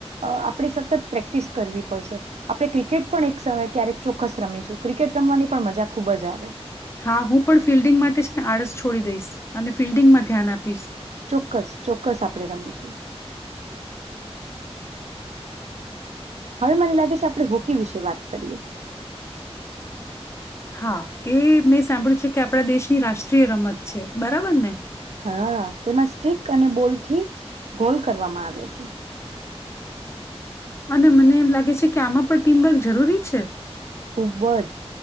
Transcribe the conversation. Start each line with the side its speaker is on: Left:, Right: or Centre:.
Right: આપણે સતત પ્રેક્ટિસ કરવી પડશે. આપણે ક્રિકેટ પણ એક સમય ક્યારેક ચોક્કસ રમીશું ક્રિકેટ રમવાની પણ મજા ખૂબ જ આવે.
Left: હા, હું પણ ફિલ્ડિંગ માટે છે ને આળસ છોડી દઈશ અને ફિલ્ડિંગમાં ધ્યાન આપીશ.
Right: ચોક્કસ, ચોક્કસ આપણે રમીશું. હવે મને લાગે છે આપણે હોકી વિશે વાત કરીએ.
Left: હા, એ મેં સાંભળ્યું છે કે આપણા દેશની રાષ્ટ્રીય રમત છે. બરાબર ને?
Right: હા તેમાં સ્ટિક અને બોલ થી ગોલ કરવામાં આવે છે.
Left: અને મને એમ લાગે છે કે આમાં પણ ટીમવર્ક જરૂરી છે.
Right: ખુબ જ